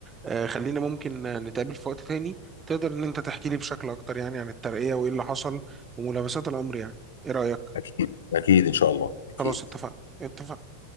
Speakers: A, on the right (about 20°); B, on the left (about 65°).
A: آه، خلينا ممكن آه، نتقابل في وقت تاني تقدر ان انت تحكي لي بشكل اكتر يعني عن الترقية وايه اللي حصل وملامسات الامر يعني ايه رأيك
B: اكيد اكيد ان شاء الله اكيد
A: خلاص اتفقنا اتفقنا